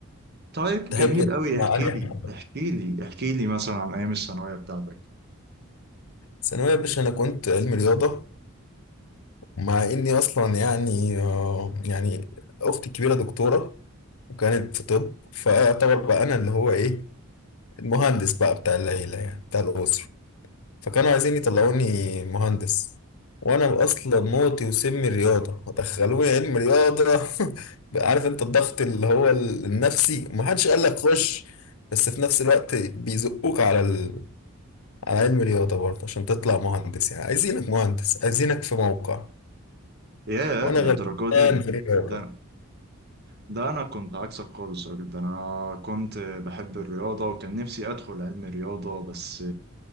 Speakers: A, on the right (about 45°); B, on the left (about 75°).
A: طيب
B: تحب
A: جميل
B: تسمع
A: قوي احكي
B: انهي
A: لي
B: حاجه
A: احكي لي احكي لي مثلا عن ايام الثانوية بتاعتك
B: ثانويه يا باشا انا كنت علمي رياضه مع اني اصلا يعني آه، يعني اختي الكبيره دكتوره وكانت في طب فاعتبر بقى انا اللي هو ايه المهندس بقى بتاع العيله يعني بتاع الاسره فكانوا عايزين يطلعوني مهندس وانا اصلا موتي وسمي الرياضه ودخلوني علم رياضه <laughs> عارف انت الضغط اللي هو النفسي ومحدش قال لك خش بس في نفس الوقت بيزقوك على ال... على علم رياضه برضه عشان تطلع مهندس يعني عايزينك مهندس عايزينك في موقع
A: ياه
B: وانا
A: للدرجة
B: غلبان
A: دي
B: في الرياضه
A: ده ده انا كنت عكسك خالص يا راجل ده انا كنت بحب الرياضة وكان نفسي ادخل علم رياضة بس